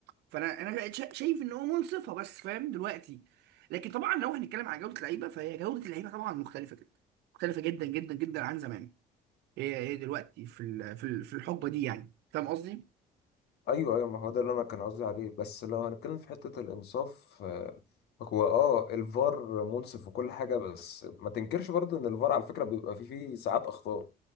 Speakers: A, on the right (about 85°); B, on the left (about 75°).
A: فانا انا بقيت شا- شايف ان هو منصفه بس فاهم دلوقتي لكن طبعا لو هنتكلم على جوده اللعيبه فهي جوده اللعيبه طبعا مختلفه جدا مختلفه جدا جدا جدا عن زمان هي هي دلوقتي في ال- في ال- في الحقبه دي يعني فاهم قصدي
B: ايوه ايوه ما هو ده اللي انا كان قصدي عليه بس لو هنتكلم في حته الانصاف آه، هو اه الفار منصف وكل حاجه بس ما تنكرش برضه ان الفار على فكره بيبقى فيه فيه ساعات اخطاء